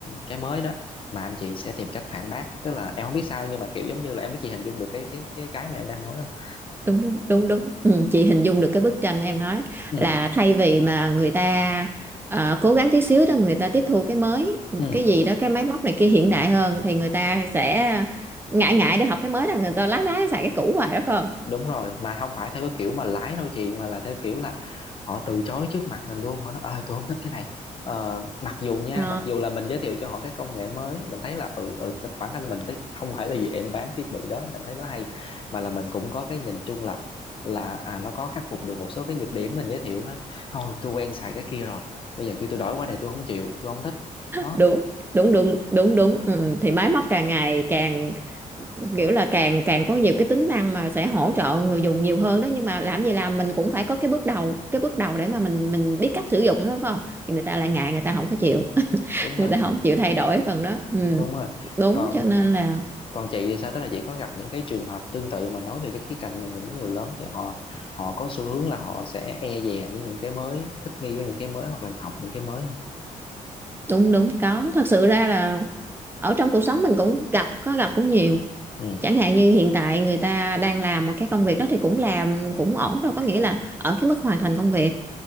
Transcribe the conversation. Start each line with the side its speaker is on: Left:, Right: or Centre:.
Left: cái mới đó mà anh chị sẽ tìm cách phản bác tức là em không biết sao nhưng mà kiểu giống như là em biết chị hình dung được cái cái cái cái mà em đang nói không
Right: đúng đúng đúng đúng ừ, chị hình dung được cái bức tranh em nói
Left: ừ
Right: là thay vì mà người ta ờ, cố gắng tí xíu đó người ta tiếp thu cái mới
Left: ừ
Right: cái gì đó cái máy móc này kia hiện đại hơn thì người ta sẽ ngại ngại để học cái mới đó người ta lái lái xài cái cũ hoài đó phải không
Left: đúng rồi mà không phải theo cái kiểu mà lái đâu chị mà là theo kiểu là họ từ chối trước mặt mình luôn họ nói ơi tôi không thích cái này ờ, mặc dù nha
Right: Ờ,
Left: mặc dù là mình giới thiệu cho họ cái công nghệ mới mình thấy là ừ, ừ bản thân mình thấy không phải là vì em bán thiết bị đó mà em thấy nó hay mà là mình cũng có cái nhìn trung lập là à nó có khắc phục được một số cái nhược điểm mình giới thiệu nó thôi tôi quen xài cái kia rồi bây giờ kêu tôi đổi qua này tôi không chịu tôi không thích đó
Right: đúng đúng đúng đúng đúng ừ, thì máy móc càng ngày càng kiểu là càng càng có nhiều cái tính năng mà sẽ hỗ trợ người dùng nhiều hơn đó nhưng mà làm gì làm mình cũng phải có cái bước đầu cái bước đầu để mà mình mình biết cách sử dụng đó phải không thì người ta lại ngại người ta không có chịu
Left: đúng
Right: người
Left: rồi
Right: ta không chịu thay đổi phần đó ừ.
Left: đúng rồi
Right: đúng
Left: còn
Right: cho nên là
Left: còn chị thì sao tức là chị có gặp những cái trường hợp tương tự mà nói về cái khía cạnh là những người lớn thì họ họ có xu hướng là họ sẽ e dè với những cái mới thích nghi với những cái mới hoặc là học những cái mới không?
Right: đúng đúng có thật sự ra là ở trong cuộc sống mình cũng gặp có gặp cũng nhiều
Left: ừ
Right: chẳng hạn như hiện tại người ta đang làm một cái công việc đó thì cũng làm cũng ổn đâu có nghĩa là ở cái mức hoàn thành công việc